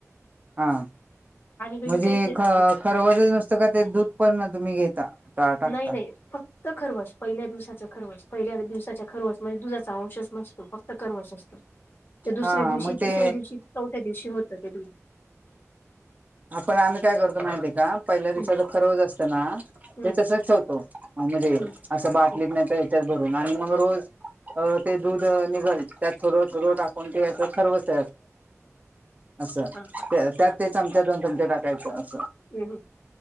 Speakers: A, on the right; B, on the left.
A: हा,
B: बिणी
A: म्हणजे
B: काहीच नाही
A: ख
B: टाकायचं
A: खरवज नुसतं का ते दूध पण तुम्ही घेता टाकता
B: नाही नाही फक्त खरवस पहिल्या दिवसाचं खरवस पहिल्या दिवसाच्या खरवस म्हणजे दुधाचा अंशच नसतो फक्त खरवस असतो. ते दुसऱ्या
A: हा
B: दिवशी
A: मग ते
B: तिसऱ्या दिवशी चौथ्या दिवशी होतं ते दूध
A: आपण आम्ही काय करतो माहिती का पहिल्या दिवसाच
B: हम्म
A: खरोज असतं ना
B: हम्म
A: ते तसच ठेवतो. म्हणजे
B: हम्म
A: असं बाटली
B: हम्म
A: पण तर याच्यात भरून आणि मग रोज अ ते दूध निघाल त्यात थोड थोड टाकून ते खरवस असं
B: हा
A: त्यात ते चमच्या दोन चमच्या टाकायचं अस
B: हम्